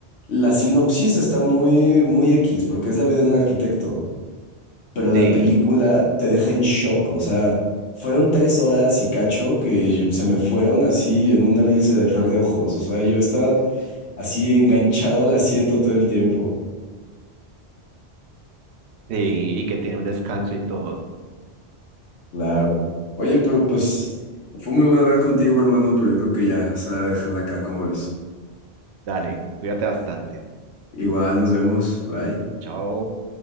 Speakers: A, on the left; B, on the right.
A: La sinopsis está muy, muy X, porque es la vida de un arquitecto. Pero la
B: Sí,
A: película te deja en shock. O sea, fueron tres horas y cacho que se me fueron así en un abrir y cerrar de ojos. O sea, yo estaba así enganchado al asiento todo el tiempo.
B: sí, y que tiene un descanso y todo.
A: Claro. Oye, pero pues fue muy bueno hablar contigo, hermano, pero yo creo que ya es hora de dejarla acá, como ves?
B: Dale, cuídate bastante.
A: Igual, nos vemos. Bye.
B: Chao.